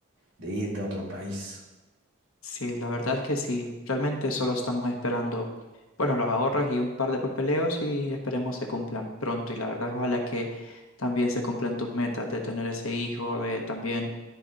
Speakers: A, on the right; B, on the left.
A: de irte a otro país.
B: sí, la verdad es que sí, realmente solo estamos esperando, bueno, los ahorros y un par de papeleos y esperemos se cumplan pronto y la verdad, ojalá que también se cumplan tus metas de tener ese hijo, de también